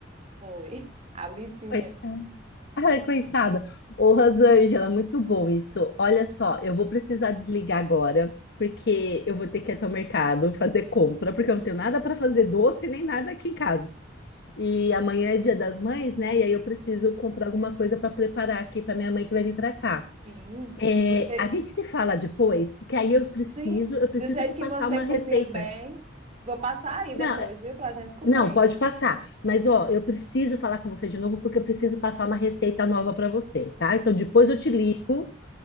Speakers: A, on the right (about 35°); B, on the left (about 60°).
A: foi. <laughs> A bichinha.
B: coitada. Ai, coitada. Ô, Rosângela, muito bom isso. Olha só, eu vou precisar desligar agora, porque eu vou ter que ir até o mercado fazer compra, porque eu não tenho nada para fazer doce nem nada aqui em casa. E amanhã é Dia das Mães, né? E aí eu preciso comprar alguma coisa para preparar aqui para minha mãe que vai vir para cá.
A: Sim.
B: É,
A: Você,
B: a gente se fala depois, que aí eu preciso,
A: sim,
B: eu preciso
A: do jeito
B: te
A: que
B: passar
A: você
B: uma
A: cozinha
B: receita.
A: bem, vou passar aí
B: Não,
A: depois, viu, pra gente comer.
B: não, pode passar. Mas ó, eu preciso falar com você de novo porque eu preciso passar uma receita nova para você, tá? Então depois eu te ligo.